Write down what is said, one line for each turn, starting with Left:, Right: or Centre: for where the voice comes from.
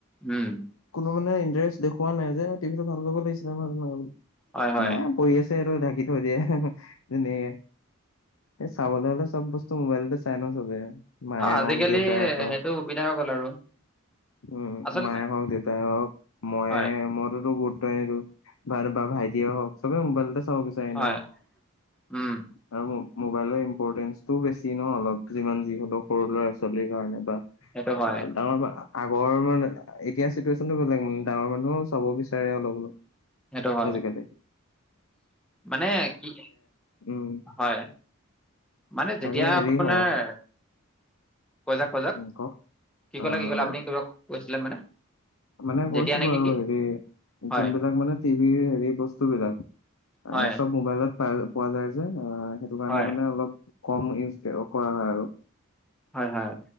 Centre: উম
Left: কোনেও মানে ইণ্টাৰেষ্ট দেখুৱা নাই যে টিভিটো ভাল কৰিব লাগিছিল নহয়
Centre: হয় হয়
Left: <unintelligible> পৰি আছে সেইটো ঢাকি থৈ দিয়া, <unintelligible> এই চাবলৈ হ'লে চব বস্তু মোবাইলতে চাই ন চবে মায়ে
Centre: অ, আজিকালি
Left: হওক দেউতাই হওক,
Centre: সেইটো সুবিধা হৈ গ'ল আৰু।
Left: উম,
Centre: আচল
Left: মায়ে হওক, দেউতাই হওক, ময়ে,
Centre: হয়
Left: মইতোতো গুৰুত্বয়ে নিদো। বাটো বা ভাইটিয়ে হওক, চবে মোবাইলতে চাব বিচাৰে এনেও
Centre: হয় উম
Left: আৰু মোবাইলৰ ইম্পৰটেন্ঞ্চটোও বেছি ন অলপ, যিমান যি হ'লেও সৰু ল'ৰা ছোৱালীৰ কাৰণে বা
Centre: সেইটো হয়
Left: অ, ডাঙৰ মা আগৰ মানে, এতিয়া চিটুৱেশ্যনটো বেলেগ, ডাঙৰ মানুহেও চাব বিচাৰে অলপ-অলপ
Centre: সেইটো হয়
Left: আজি কালি।
Centre: মানে কি,
Left: উম
Centre: হয়। মানে, যেতিয়া
Left: আৰু
Centre: আপোনাৰ
Left: হেৰি হয়
Centre: ক <unintelligible>
Left: উম কওক
Centre: কি
Left: আহ
Centre: কলে, কি কলে, আপুনি কিবা কৈছিলে মানে
Left: মানে কৈছিলো
Centre: যেতিয়া নেকি
Left: আৰু
Centre: কি
Left: হেৰি
Centre: হয়
Left: জোনবিলাক মানে টিভিৰ হেৰি বস্তু বিলাক
Centre: হয়
Left: অ' চব মোবাইলত পাই পোৱা যায় যে, অ সেইটো কাৰণে
Centre: হয়
Left: মানে অলপ কম ইউজ কৰা হয় আৰু।
Centre: হয়, হয়।